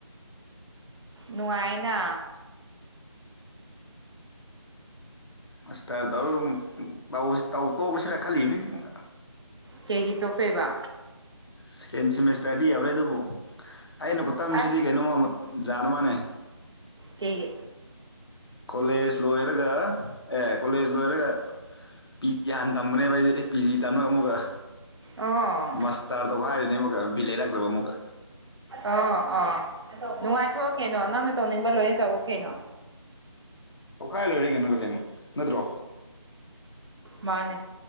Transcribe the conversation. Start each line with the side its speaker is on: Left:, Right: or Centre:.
Right: ꯅꯨꯉꯥꯏꯅ
Left: ꯑꯁ ꯁꯇꯥꯏꯜ ꯇꯧꯔꯗꯨꯝ ꯇꯧꯕꯁꯤ ꯇꯧ ꯇꯣꯛꯔꯁꯤꯔꯥ ꯈꯜꯂꯤꯝꯅꯤꯅꯦ ꯑꯩꯉꯣꯟꯗ
Right: ꯀꯩꯒꯤ ꯇꯣꯛꯇꯣꯏꯕ
Left: ꯁꯦꯀꯦꯟ ꯁꯦꯃꯦꯁꯇꯔꯗꯤ ꯌꯧꯔꯦ ꯑꯗꯨꯕꯨ ꯑꯩꯅ ꯈꯨꯠꯇꯝꯁꯤꯗꯤ
Right: ꯑꯁ
Left: ꯀꯩꯅꯣꯝꯃ ꯃꯨꯠ ꯖꯥꯠꯑꯃꯅꯦ
Right: ꯀꯩꯒꯤ
Left: ꯀꯣꯂꯦꯖ ꯂꯣꯏꯔꯒ ꯑꯦ ꯀꯣꯂꯦꯖ ꯂꯣꯏꯔꯒ ꯄꯤꯗꯤ ꯍꯥꯟ ꯇꯝꯕꯅꯦꯕ ꯑꯩꯗꯤ ꯄꯤꯖꯤ ꯇꯝꯔꯒ ꯑꯃꯨꯛꯒ
Right: ꯑꯣ
Left: ꯃꯁ ꯇꯥꯏꯜ ꯇꯧꯒꯥꯏꯔꯤꯅꯤ ꯑꯃꯨꯛꯀ ꯕꯤꯠ ꯂꯩꯔꯛꯇ꯭ꯔꯕ ꯑꯃꯨꯛꯀ
Right: ꯑꯣ ꯑꯣ ꯅꯨꯡꯉꯥꯏꯊꯣꯛꯑꯣ ꯀꯩꯅꯣ ꯅꯪꯅ ꯇꯧꯅꯤꯡꯕ ꯂꯣꯏꯅ ꯇꯧꯋꯣ ꯀꯦꯅꯣ
Left: ꯇꯧꯈꯥꯏꯔ ꯂꯣꯏꯔꯦ ꯀꯩꯅꯣꯗꯣ ꯀꯩꯅꯣ ꯅꯠꯇ꯭ꯔꯣ
Right: ꯃꯥꯅꯦ